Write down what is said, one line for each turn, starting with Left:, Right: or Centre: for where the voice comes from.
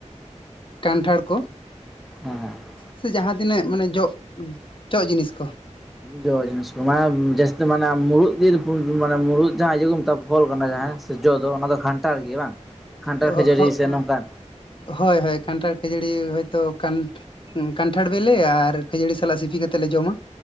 Left: ᱠᱟᱱᱴᱷᱟᱲ ᱠᱚ
Centre: ᱦᱮᱸ
Left: ᱥᱮ ᱡᱟᱦᱟᱸ ᱛᱤᱱᱟᱹᱜ ᱢᱟᱱᱮ ᱡᱚᱜ ᱡᱚᱜ ᱡᱤᱱᱤᱥ ᱠᱚ
Centre: ᱡᱚ ᱡᱤᱱᱤᱥ ᱠᱚ ᱢᱟ ᱡᱟᱹᱥᱛᱤ ᱢᱟᱱᱟ ᱢᱩᱨᱩᱫᱽ ᱜᱮ ᱡᱩᱫᱤ ᱵᱳᱱ ᱢᱟᱱᱟ ᱢᱩᱨᱩᱫ ᱡᱟᱦᱟᱸ ᱤᱭᱟᱹ ᱠᱚ ᱢᱮᱛᱟᱜ ᱠᱟᱱᱟ ᱯᱷᱚᱞ ᱠᱟᱱᱟ ᱡᱟᱦᱟᱸ ᱡᱚ ᱫᱚ ᱚᱱᱟ ᱫᱚ ᱠᱷᱟᱱᱴᱟᱲ ᱜᱮ ᱵᱟᱝ ᱠᱷᱟᱱᱴᱟᱲ ᱠᱷᱟᱹᱡᱟᱹᱲᱤ
Left: ᱚ ᱦᱚᱸ
Centre: ᱥᱮ ᱱᱚᱝᱠᱟᱱ
Left: ᱦᱳᱭ ᱦᱳᱭ ᱠᱟᱱᱴᱷᱟᱲ ᱠᱷᱟᱹᱡᱟᱹᱲᱤ ᱦᱚᱭᱛᱳ ᱠᱟᱱ ᱠᱟᱱᱴᱷᱟᱲ ᱵᱤᱞᱮ ᱟᱨ ᱠᱷᱟᱹᱡᱟᱹᱲᱤ ᱥᱟᱞᱟᱜ ᱥᱤᱯᱤ ᱠᱟᱛᱮᱫ ᱞᱮ ᱡᱚᱢᱟ